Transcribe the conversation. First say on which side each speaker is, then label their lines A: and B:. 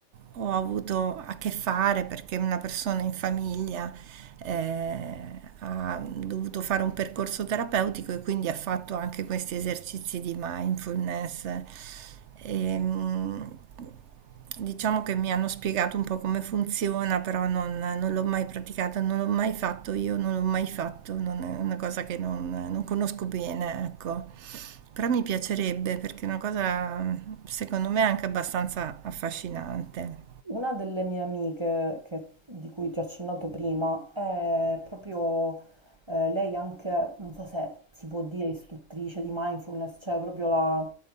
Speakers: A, on the right; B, on the right.
A: ho avuto a che fare perché una persona in famiglia eh, ha dovuto fare un percorso terapeutico e quindi ha fatto anche questi esercizi di mindfulness. Ehm, Diciamo che mi hanno spiegato un po' come funziona, però non non l'ho mai praticata, non l'ho mai fatto io, non l'ho mai fatto, non è una cosa che non, non conosco bene, ecco. Però mi piacerebbe perché è una cosa, secondo me, anche abbastanza affascinante.
B: Una delle mie amiche che- di cui ti ho accennato prima è proprio eh, lei anche, non so se si può dire istruttrice di mindfulness, cioè proprio la-